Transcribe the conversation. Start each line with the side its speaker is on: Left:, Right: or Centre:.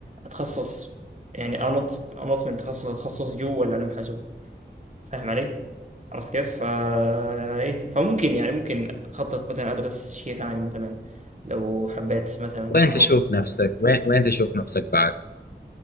Right: أتخصص يعني أنط أنط من تخصص لتخصص جوا العلم الحاسوب فاهم علي عرفت كيف فا ايه فممكن يعني ممكن اخطط مثلا ادرس شيء ثاني مثلا لو حبيت مثلا
Left: وين
Right: انط
Left: تشوف نفسك وين, وين تشوف نفسك بعد